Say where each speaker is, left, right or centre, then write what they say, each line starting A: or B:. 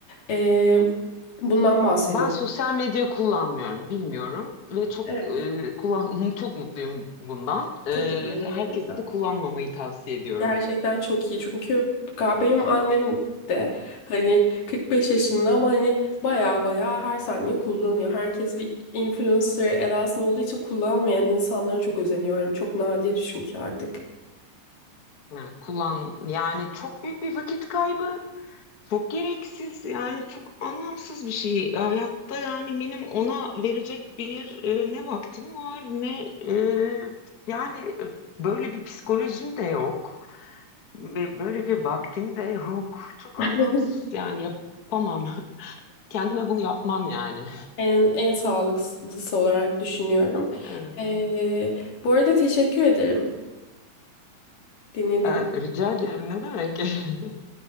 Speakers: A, on the left; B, on the left.
A: E, bundan bahsediyordum.
B: Ben sosyal medya kullanmıyorum, bilmiyorum ve çok
A: Evet,
B: e, kullan <laughs> çok mutluyum bundan. E,
A: çok iyi
B: herkese
A: bu arada.
B: de kullanmamayı tavsiye ediyorum.
A: Gerçekten çok iyi çünkü ga- benim annem de hani 45 yaşında ama hani baya baya her saniye kullanıyor. Herkes bir influencer edasında olduğu için kullanmayan insanlara çok özeniyorum. Çok nadir çünkü artık.
B: Yani kullan yani çok büyük bir vakit kaybı. Çok gereksiz yani çok anlamsız bir şey. Hayatta yani benim ona verecek bir e, ne vaktim var ne e, yani e, böyle bir psikolojim de yok. Ve Böyle bir vaktim de yok. Çok
A: <laughs>
B: anlamsız yani yapamam. <laughs> Kendime bunu yapmam yani.
A: En, en sağlıklısı olarak düşünüyorum.
B: Ee,
A: E, bu arada teşekkür ederim dinlediğiniz
B: e, rica ederim ne demek? <laughs>